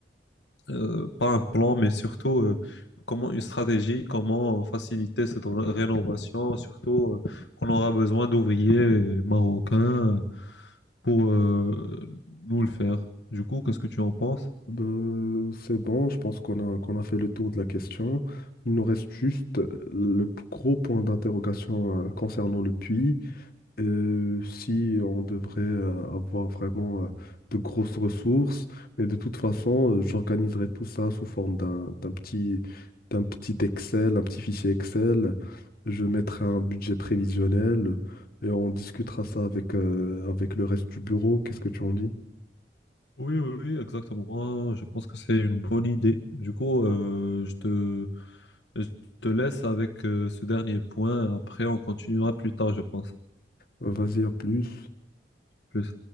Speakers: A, on the left; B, on the left.
A: euh, pas un plan, mais surtout euh, comment une stratégie, comment euh, faciliter cette ré- rénovation, surtout euh, qu'on aura besoin d'ouvriers marocains pour euh, nous le faire. Du coup, qu'est-ce que tu en penses?
B: Ben, c'est bon, je pense qu'on a, qu'on a fait le tour de la question. Il nous reste juste le p- gros point d'interrogation euh, concernant le puits. Euh, si on devrait euh, avoir vraiment euh, de grosses ressources, mais de toute façon, euh, j'organiserai tout ça sous forme d'un d'un petit, d'un petit Excel, un petit fichier Excel. Je mettrai un budget prévisionnel et on discutera ça avec, euh, avec le reste du bureau. Qu'est-ce que tu en dis?
A: Oui, oui, oui, exactement. Je pense que c'est une bonne idée. Du coup, euh, je te, je te laisse avec euh, ce dernier point. Après, on continuera plus tard, je pense.
B: Euh, Vas-y, à plus.
A: Plus.